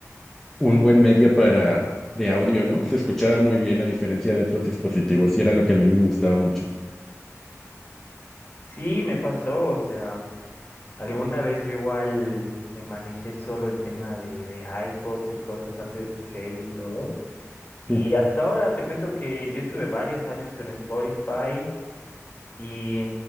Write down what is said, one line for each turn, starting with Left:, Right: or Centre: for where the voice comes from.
Centre: un buen medio para, de audio, ¿no? Se escuchaba muy bien a diferencia de otros dispositivos y era lo que a mí me gustaba mucho.
Left: Sí, me pasó, o sea, alguna vez yo igual me manejé solo en tema de, de iPods y cosas antes del celu y todo. Y
Centre: Sí.
Left: hasta ahora te cuento que yo estuve varios años con Spotify y